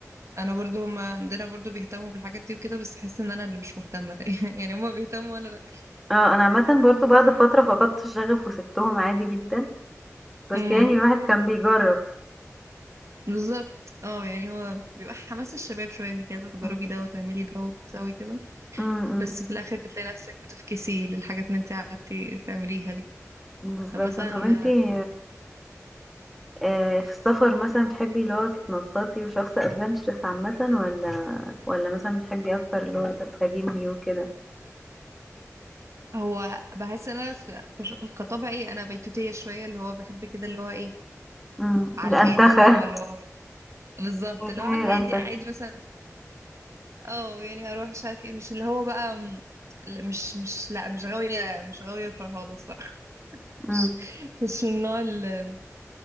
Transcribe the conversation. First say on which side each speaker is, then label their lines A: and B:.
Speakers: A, on the right; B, in the centre.
A: انا برضو ما عندنا برضو بيهتموا بالحاجات دي وكده بس احس ان انا اللي مش مهتمه <laughs> يعني هما بيهتموا وانا لا
B: اه انا عامة برضو بعد فترة فقدت الشغف وسبتهم عادي جدا بس
A: امم
B: يعني الواحد كان بيجرب
A: بالظبط اه يعني هو بيبقى حماس الشباب شويه انك عايزه تجربي
B: مم.
A: ده وتعملي ده وتسوي كده
B: مم.
A: بس في الاخر بتلاقي نفسك بتفكسي للحاجات اللي انت قعدتي تعمليها دي
B: بالظبط
A: طب مثلا
B: طب انتي آه، في السفر مثلا بتحبي اللي هو تتنططي وشخص ادفنتشرس عامة ولا ولا مثلا بتحبي اكتر اللي هو تستجمي وكده
A: هو بحس ان انا خ- كش- كطبعي انا بيتوتيه شويه اللي هو بحب كده اللي هو ايه
B: مم.
A: على
B: الانتخة
A: الهادي فاهمه اللي هو بالظبط
B: <laughs> بتحبي
A: اللي هو على
B: الانتخة
A: الهادي عادي مثلا اه يعني اروح مش عارف ايه مش اللي هو بقى م- لا، مش مش لا مش غاوية مش غاوية فرهاضة الصراحة <laughs>
B: امم
A: مش مش من النوع اللي